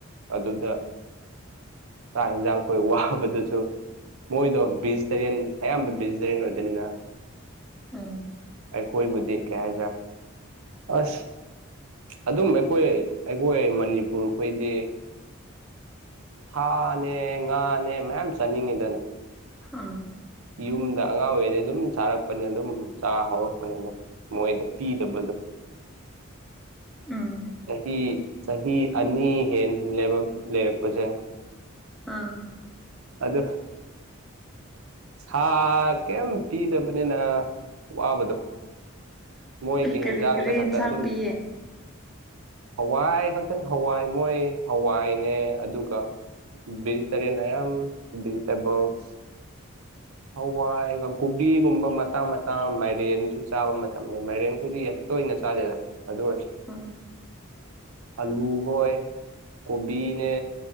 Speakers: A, on the right; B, in the centre.
A: ꯑꯗꯨꯗ ꯆꯥꯛ ꯌꯦꯟꯖꯥꯡ ꯈꯣꯏ ꯋꯥ ꯐꯕꯗꯁꯨ ꯃꯣꯏꯗꯣ ꯚꯦꯖꯤꯇꯦꯔꯤꯌꯟ ꯑꯌꯥꯝꯕ ꯚꯦꯖꯤꯇꯦꯔꯤꯌꯟ ꯑꯣꯏꯗꫭꯏꯅꯤꯅ
B: ꯎꯝ
A: ꯑꯩꯈꫭꯏꯕꯨꯗꯤ ꯀꯩꯍꯥꯏꯖ ꯑꯁ ꯑꯗꯨꯝ ꯑꯩꯈꯣꯏ ꯑꯩꯈꯣꯏ ꯃꯅꯤꯄꯨꯔꯈꯣꯏꯗꯤ ꯊꯅꯦ ꯉꯥꯅꯦ ꯃꯌꯥꯝ ꯆꯥꯅꯤꯡꯉꯤꯗꯅ
B: ꯑꯥ
A: ꯌꯨꯝꯗ ꯑꯉꯥꯡ ꯑꯣꯏꯔꯤꯉꯩ ꯑꯗꯨꯝ ꯆꯥꯔꯛꯄꯅꯤꯅ ꯑꯗꯨꯝ ꯆꯥ ꯍꯧꯔꯛꯄꯅꯤꯅ ꯃꯣꯏꯗ ꯄꯤꯗꯕꯗꯣ <inaudible>
B: ꯎꯝ
A: ꯆꯍꯤ ꯆꯍꯤ ꯑꯅꯤ ꯍꯦꯟ ꯂꯩꯔꯛꯄꯁꯦ
B: ꯑꯥ
A: ꯑꯗꯣ ꯁꯥ ꯀꯔꯤꯝ ꯄꯤꯗꯕꯅꯤꯅ ꯋꯥꯕꯗꯣ ꯃꯣꯏꯒꯤ
B: ꯀꯔꯤ
A: ꯍꯟꯖꯥꯡꯗ
B: ꯀꯔꯤ
A: ꯈꯛꯇ
B: ꯌꯦꯟꯁꯥꯡ
A: ꯑꯗꯨꯝ
B: ꯄꯤꯌꯦ
A: ꯍꯋꯥꯏ ꯈꯥꯛꯆꯪ ꯍꯋꯥꯏ ꯃꯣꯏ ꯍꯋꯥꯏꯅꯦ ꯑꯗꯨꯒ ꯕꯤꯖꯤ ꯇꯔ ꯅꯌꯥꯝꯝ ꯕꯤꯖꯤꯇꯔ ꯣꯁ ꯍꯋꯥꯏꯒ ꯀꯣꯕꯤꯒꯨꯝꯕ ꯃꯇꯥꯡ ꯃꯇꯥꯡ ꯃꯥꯏꯔꯦꯟꯁꯨ ꯆꯥꯕ ꯃꯇꯝ ꯃꯥꯏꯔꯦꯟꯈꯣꯏꯗꯤ ꯌꯥꯝ ꯇꯣꯏꯅ ꯆꯗꯗ ꯑꯗꯨꯁ
B: ꯎ
A: ꯑꯂꯨ ꯍꯣꯏ ꯀꯣꯕꯤꯅꯦ